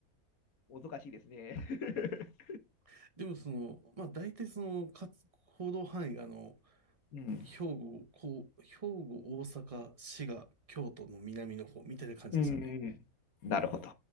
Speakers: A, on the left; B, on the right.
A: おどかしいですね。<laughs>
B: えーでもその、まあ大体その、かつ、行動範囲があの、
A: うん。
B: 兵庫、こう、兵庫、大阪、滋賀、京都の南の方みたいな感じでしたね。
A: うん。なるほど。